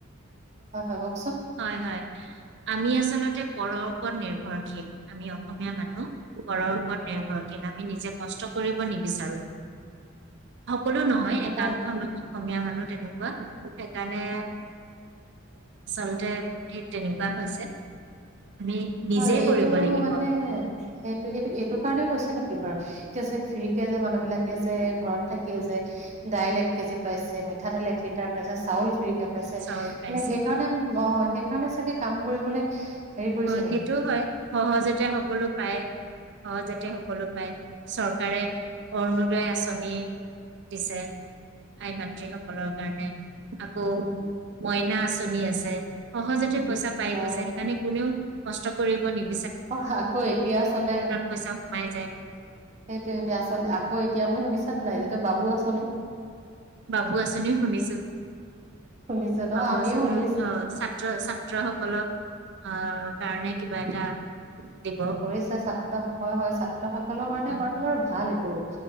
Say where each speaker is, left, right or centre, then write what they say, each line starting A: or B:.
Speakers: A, on the right; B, on the right.
A: হয়' হয়' কও
B: হয় হয়। আমি আচলতে পৰৰ ওপৰত নিৰ্ভৰশীল আমি অসমীয়া মানুহ পৰৰ ওপৰত নিৰ্ভৰশীল আমি নিজে কষ্ট কৰিব নিবিচাৰো। সকলো
A: অ
B: নহয়
A: সেইটো
B: একাংশ
A: কাৰ
B: অসমীয়া মানুহ তেনেকুৱা। সেইকাৰণে আচলতে তেনেকুৱা হৈছে। আমি নিজে
A: আৰু এইটো
B: কৰিব লাগিব
A: মানে সেইটো এইটো এইটো কাৰণেও হৈছে নেকি। এতিয়া যে ফ্ৰীকে যে মানুহ বিলাকে যে ঘৰত থাকিয়ে যে দাইল এক কেজি পাইছে, মিঠাতেল এক লিটাৰ পাইছে, চাউল ফ্ৰী পাইছে
B: চাউল পাইছে
A: মানে সেইকাৰণে অ সেইকাৰণে চাগে। কাম কৰিবলৈ সেই পইচা
B: সেইটো হয় সহজতে সকলো পায় সহজতে সকলো চৰকাৰে অৰুণোদয় আঁচনি। দিছে আই মাতৃসক সকলৰ কাৰণে আকৌ
A: অ
B: মইনা আছ চলি আছে সহজতে পইচা পাই
A: অ
B: গৈছে সেইকাৰণে কষ্ট কৰিব নেকি?
A: অ', আকৌ এতিয়া আচলতে
B: পইচা সোমাই যায়
A: সেইটোয়ে সেইটোয়ে আচলতে আকৌ এতিয়া এতিয়া আপুনি শুনিছ নে নাই যিটো বাবু আচনি
B: বাবু আঁচনিও শুনিছো
A: শুনিছে ন
B: বাবু
A: আমিও
B: আঁচনিৰো
A: শুনিছো
B: অ', ছাত্ৰ ছাত্ৰ সকলক অ', কাৰণে কিবা এটা দিব
A: কৰিছে ছাত্ৰ। হয় হয় ছাত সকলৰ কাৰণে
B: উম,
A: কৰাটো বাৰু ভাল এইটো।